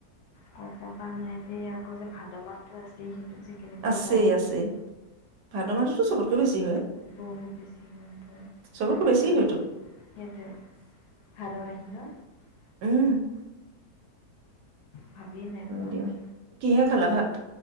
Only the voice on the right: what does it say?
আছেই
আছে
আছে ভাদ মাহটোতো চবতকৈ বেছি হয় ।
চবতকৈ
বেছি হয়তো
উম ।
দিয়া কিহে খালা ভাট ।